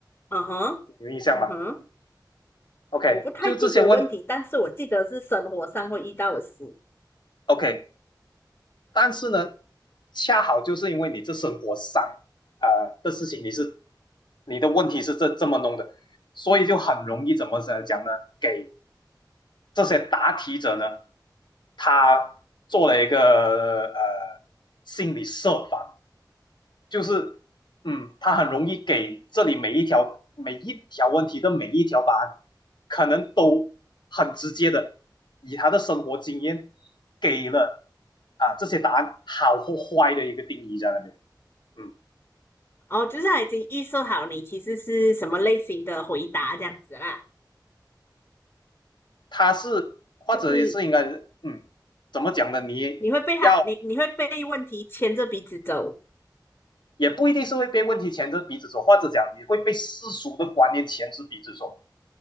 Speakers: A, on the left; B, on the left.
A: 嗯哼，
B: 有印象吗
A: 嗯哼。
B: ？OK，
A: 我不太记得问题，
B: 就这些问
A: 但是我记得是生活上会遇到的事。
B: OK，但是呢，恰好就是因为你这生活上呃的事情，你是你的问题是这这么弄的，所以就很容易怎么讲呢？给这些答题者呢，他做了一个呃心理设防，就是嗯，他很容易给这里每一条每一条问题的每一条答案，可能都很直接的以他的生活经验给了啊这些答案好或坏的一个定义在那边。嗯，
A: 哦，就是他已经预设好你其实是什么类型的回答这样子啦，
B: 他是或者也是应该嗯怎么讲呢？
A: 就是
B: 你要
A: 你会被他，你你会被问题牵着鼻子走。
B: 也不一定是会被问题牵着鼻子走，或者讲你会被世俗的观念牵着鼻子走。